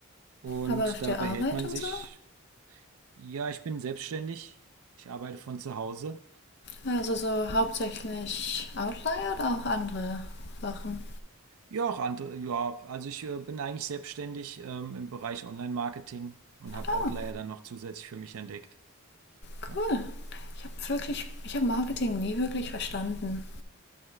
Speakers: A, on the right; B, on the left.
A: Und
B: Aber auf der
A: da behält
B: Arbeit
A: man
B: und
A: sich,
B: so?
A: ja, ich bin selbstständig. Ich arbeite von zu Hause.
B: Also so hauptsächlich Outlier oder auch andere Sachen?
A: Ja, auch andere, ja, also ich äh, bin eigentlich selbstständig ähm, im Bereich Online-Marketing und habe
B: Oh,
A: Outlier dann noch zusätzlich für mich entdeckt.
B: Cool.
A: Ja,
B: Ich habe wirklich, ich habe Marketing nie wirklich verstanden.